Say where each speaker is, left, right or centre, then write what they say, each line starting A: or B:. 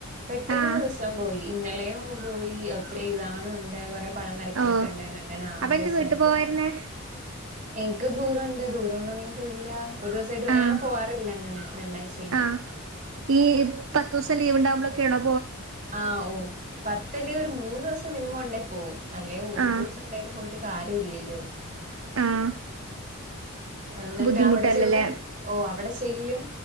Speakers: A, on the right; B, on the right.
A: പെട്ടെന്ന്
B: ആഹ്
A: ദിവസം പോയി ഇന്നലെയും അങ്ങ് പോയി ഒത്തിരി എഴ്താനുംണ്ട് കൊറേ പടം വരക്കാക്കണ്ടെന്ന്
B: ഓ
A: അങ്ങനെ ആ
B: അപ്പൊ
A: ദിവസങ്ങ്
B: എന്ത് വീട്ടു പോവായിരുന്നേ
A: പോയി എനിക്ക് ദൂരൊണ്ട് ദൂരം ഉള്ളൊണ്ട് ഞൻ പോയില്ല ഒരു ദിവസായിട്ട്
B: ആഹ്
A: ഞാൻ പോവാറില്ല അങ്ങനെ രണ്ടാശനി
B: ആഹ് ഈ പത്ത് ദിവസം ലീവ് ണ്ടാവുമ്പൊളൊക്കെയാണോ
A: ആഹ് ഓ പ ത്തില് ഒരു മൂന്ന്സം മിനിമം ഉണ്ടേ പോവും അല്ലേ ഒരു
B: ആഹ്
A: ദിവസം ഉണ്ടായിട്ട് പോയിട്ട് ക കരുല്ലല്ലോ
B: ആഹ്
A: എന്നിട്ട്
B: ബുദ്ധിമുട്ടല്ലല്ലേ
A: അവിടെ ചെന്ന് ഓ അവിടെ ചെല്ലും